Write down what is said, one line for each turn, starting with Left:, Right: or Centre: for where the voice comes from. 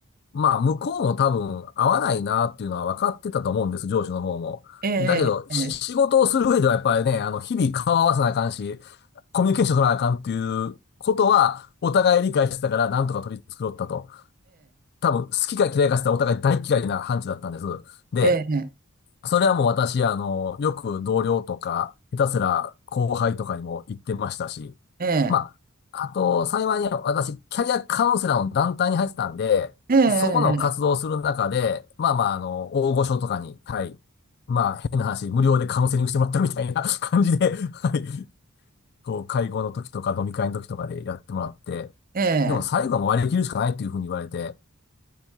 Left: まあ、向こうも多分合わないなっていうのは分かってたと思うんです、上司の方も。
Right: ええええ
Left: だけど、し仕事をする上ではやっぱりね、あの、日々顔合わせなあかんし、コミュニケーション取らなあかんっていうことは、お互い理解してたから、なんとか取り繕ったと。多分、好きか嫌いかしたらお互い大嫌いな判事だったんです。で、
Right: ええええ
Left: それはもう私、あの、よく同僚とか、下手すら後輩とかにも言ってましたし、
Right: ええ
Left: まあ、あと、幸いに私、キャリアカウンセラーの団体に入ってたんで、
Right: ええええ
Left: そこの活動をする中で、まあまあ、あの、大御所とかに、はい、まあ、変な話、無料でカウンセリングしてもらったみたいな <laughs> 感じで、はい、こう、会合の時とか飲み会の時とかでやってもらって、
Right: えええええええ
Left: でも最後はもう割り切るしかないっていうふうに言われて、